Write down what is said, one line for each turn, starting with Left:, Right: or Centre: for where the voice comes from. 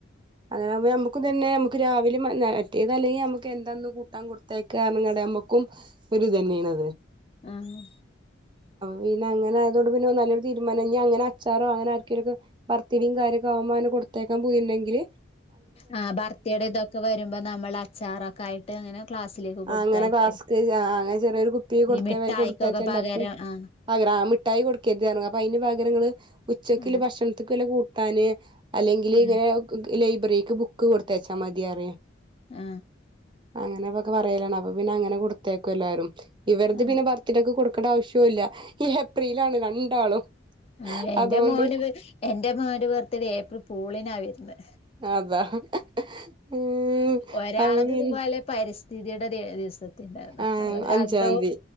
Right: അങ്ങനെയാവുമ്പോ നമുക്ക് ഇതന്നെ നമുക്കും രാവിലെ മറ്റേത് അല്ലെങ്കിൽ നമുക്ക് എന്താന്ന് കൂട്ടാൻ കൊടുക്ക കൊടുത്തയക്ക പറഞ്ഞകണ്ട് നമ്മക്കും ഒരിതന്നെയാണ്
Left: ആഹ്
Right: പിന്നെ അങ്ങനെയായതോണ്ട് പിന്നെ നല്ലരു തീരുമാനം ഇഞ് അങ്ങനെ അച്ചാറോഅങ്ങനെ ആർക്കെങ്കിലും വർത്തിരിയും കാര്യക്കെ ആവുമ്പോ കൊടുത്തേക്കാൻ പൂതിയുണ്ടങ്കിൽ
Left: ആ ബർത്തഡേ ഇതൊക്കെ വരുമ്പോ നമ്മൾ അച്ചാറൊക്ക ആയിട്ട് അങ്ങനെ ക്ലാസ്സിലേക്ക്
Right: ആഹ്
Left: കൊടുത്തായക്ക
Right: അങ്ങനെ ഫ്ലാസ്ക് അങ്ങനെ ചെറിയൊരു കുപ്പി കൊടുത്ത
Left: മിഠായിക്കൊക്കെ
Right: കൊടുത്തച്ചാൽ എല്ലാർക്കും
Left: പകരം ആ
Right: പകര ആ മിഠായി കൊടുക്കരുത് പറഞ്ഞു അപ്പൊ അതിന് പകരങ്ങള് ഉച്ചക്കല്
Left: ആ
Right: ഭക്ഷണത്തിക്ക് വല്ല കൂട്ടാന് അല്ലെങ്കിൽ
Left: ആ
Right: ഇങ്ങനെ ലൈബ്രറിക്ക് ബുക്ക് കൊടുത്തച്ചാ മതി അറിയും
Left: ആ
Right: അങ്ങനെ അപ്പൊക്കെ പറയലാണ് അപ്പൊ പിന്നെ അങ്ങനെ കൊടുത്തയക്കും എല്ലാരും ഇവര്ത്
Left: ആ
Right: പിന്നെ ബർത്ത് ഡേ ക്ക് കൊടുക്കേണ്ട ആവശ്യവും ഇല്ല ഏപ്രിലാണ് രണ്ടാളും
Left: ആഹ് എൻ്റെ
Right: അതുകൊണ്ട്
Left: മോന് എൻ്റെ മോന്റെ ബർത്ഡേ ഏപ്രിൽ പൂളിനാ വര്ന്നേ.
Right: അതാ അപ്പ പിൻ
Left: ഒരാളത് ഇതുപോലെ പരിസ്ഥിതിയുടെ ദിവസത്തിന്റെ അന്ന്
Right: ആ
Left: അത് രണ്ടും
Right: അഞ്ചാം തീയതി